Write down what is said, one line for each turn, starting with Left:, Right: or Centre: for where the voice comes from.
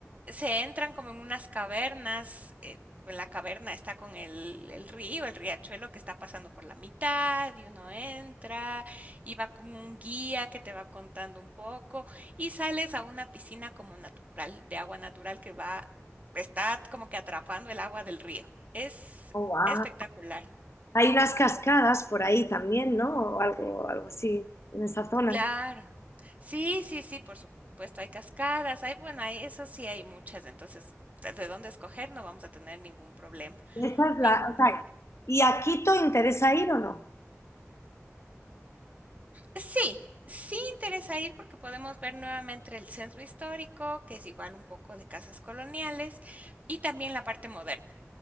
Right: se entran como en unas cavernas. eh, en la caverna está con el, el río, el riachuelo que está pasando por la mitad y uno entra y va con un guía que te va contando un poco y sales a una piscina como natural, de agua natural que va, está como que atrapando el agua del río. Es
Left: Oh, wow.
Right: espectacular.
Left: Hay unas cascadas por ahí también, ¿no? O algo, algo así, en esa zona.
Right: Claro. Sí, sí, sí, por supuesto, hay cascadas, hay, bueno, hay eso sí hay muchas, entonces, de de dónde escoger no vamos a tener ningún problema,
Left: Esa es la,
Right: ningún
Left: esa-
Right: problema.
Left: ¿Y a Quito interesa ir o no?
Right: Sí, sí interesa ir porque podemos ver nuevamente el centro histórico, que es igual un poco de casas coloniales, y también la parte moderna.